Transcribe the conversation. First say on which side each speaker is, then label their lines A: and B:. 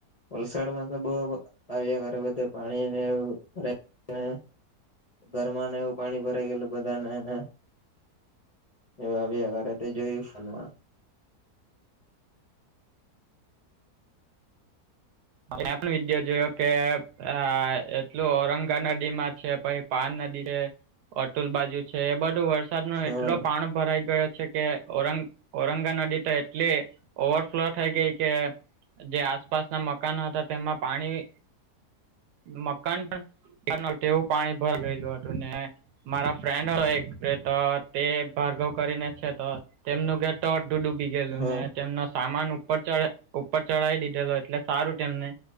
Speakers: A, on the left; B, on the right.
A: વલસાડમાં તો બહુ બ આવ્યા કરે, બધે પાણીને એવું ભરાઈ ને ઘરમાં ને એવું પાણી ભરાઈ ગયેલું બધા નેને. એવુ આવ્યા કરે તે જોયું ફોનમાં.
B: એ પણ વિડ્યો જોયો કે, આ એટલું ઔરંગા નદી માં છે પે પાર નદી છે, અતુલ બાજુ છે, એ બધું વરસાદ મા
A: હા
B: એટલો પાણ ભરાઈ ગયો છે કે ઔરંગ ઔરંગા નદી તો એટલી ઓવરફ્લો થઈ ગઈ કે. જે આસપાસના મકાનો હતા તેમાં પાણી, મકાન પણ <unintelligible> તેવું પાણી ભર ગયેલુ હતુ ને મારા ફ્રેન્ડ હો એક તો, તે ભાર્ગવ કરીને છે તો, તેમનું ઘર તો અડધું ડૂબી ગયેલું,
A: હા
B: ને તેમનો સામાન ઉપર ચઢે ઉપર ચઢાવી દીધેલો એટલે સારું તેમને,